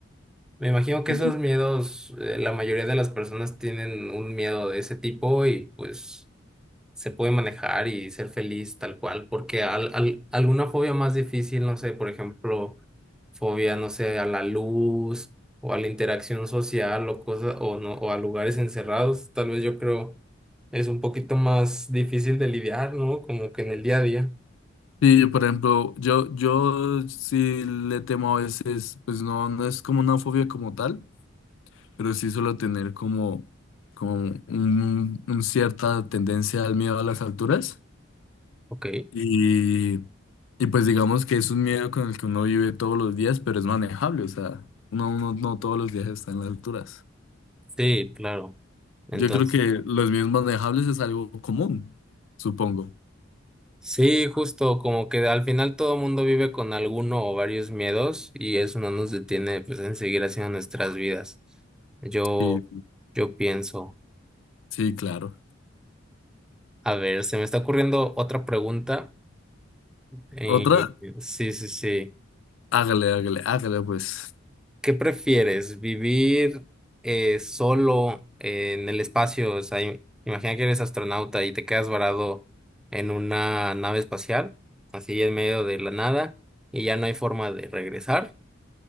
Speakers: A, in the centre; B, on the left.
A: Me imagino que
B: <laughs>
A: esos miedos, eh, la mayoría de las personas tienen un miedo de ese tipo y pues. se puede manejar y ser feliz tal cual, porque al, al- alguna fobia más difícil, no sé, por ejemplo, fobia, no sé, a la luz o a la interacción social o cosas, o no, o a lugares encerrados, tal vez yo creo es un poquito más difícil de lidiar, ¿no? Como que en el día a día.
B: Sí, por ejemplo, yo, yo sí le temo a veces, pues no, no es como una fobia como tal, pero sí suelo tener como, como un, un cierta tendencia al miedo a las alturas.
A: Ok.
B: Y, y pues digamos que es un miedo con el que uno vive todos los días, pero es manejable, o sea, uno, uno no todos los días está en las alturas.
A: Sí, claro. Entonces.
B: Yo creo que los miedos manejables es algo común, supongo.
A: Sí, justo, como que al final todo mundo vive con alguno o varios miedos y eso no nos detiene pues en seguir haciendo nuestras vidas. Yo,
B: Sí,
A: yo pienso,
B: sí, claro.
A: a ver, se me está ocurriendo otra pregunta. Eh,
B: Otra,
A: sí, sí, sí.
B: hágale, hágale, hágale, pues.
A: ¿Qué prefieres? ¿Vivir eh, solo en el espacio? O sea, im- imagina que eres astronauta y te quedas varado en una nave espacial, así en medio de la nada, y ya no hay forma de regresar.